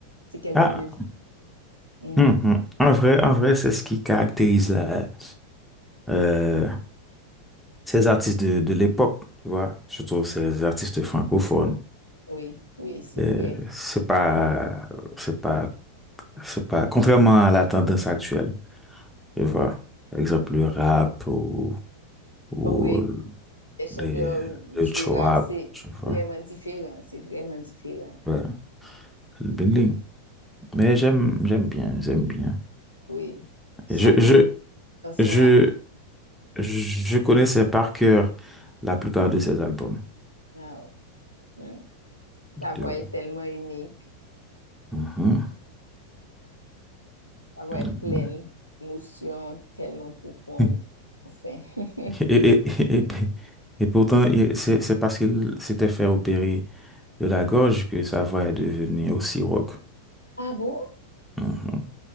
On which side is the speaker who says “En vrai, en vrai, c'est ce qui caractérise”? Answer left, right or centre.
Centre